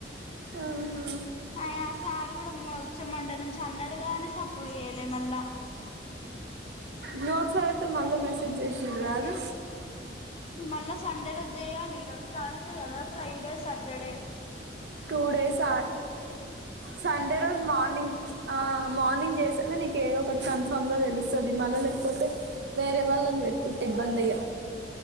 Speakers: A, on the right; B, on the left.
A: ఆహా
B: అయ సార్ కూడా మచ్చమంట నుంచి అన్నాడుగానే సప్పుడు చేయలే మళ్ళా
A: మీవాస అయితే మళ్ళీ మెసేజ్ చేసి రాదు
B: మళ్ళీ సండే రోజు చేయ్యాలి ఈరోజు థ్రాస్డే కదా Friday Saturday
A: two days Sunday రోజు మార్నింగ్ మార్నింగ్ చేస నీక ఏదో ఒకటి కన్ఫామ్ గా తెలుస్తది మళ్ళ లేకపోతే వేరే వాళ్ళని పెట్టుకుంటే ఇబ్బంది అయ్యా